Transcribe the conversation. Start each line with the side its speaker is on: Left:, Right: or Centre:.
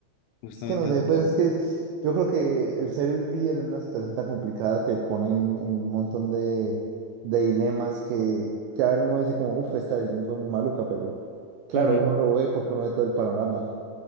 Left: justamente
Right: Es que no sé,
Left: eso
Right: pues
Left: todo.
Right: es que yo creo que el ser el líder en una situación tan complicada te pone en, en un montón de, de dilemas que, que a ver uno dice como, uff, esta decisión fue muy maluca, pero claro,
Left: Ujú.
Right: uno lo ve porque uno ve todo el panorama.